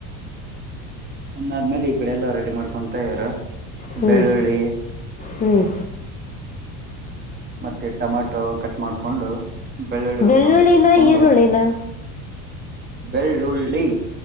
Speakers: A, on the right; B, on the left.
A: ಒಂದಾದ್ಮೇಲೆ ಈ ಕಡೆ ಎಲ್ಲ ರೆಡಿ ಮಾಡ್ಕೊತ ಇದಾರ
B: ಹ್ಮ್
A: ಬೆಳ್ಳುಳ್ಳಿ
B: ಹ್ಮ್
A: ಮತ್ತೆ ಟೊಮಾಟೊ ಕಟ್ ಮಾಡ್ಕೊಂಡು ಬೆಳ್ಳುಳ್ಳಿ ಒಂದ್
B: ಬೆಳ್ಳಿಯಿನ
A: ಸ್ವಲ್ಪ ಚುಚ್ಕೊಂಡು
B: ಈರಳನಾ
A: ಬೆಳ್ಳುಳ್ಳಿ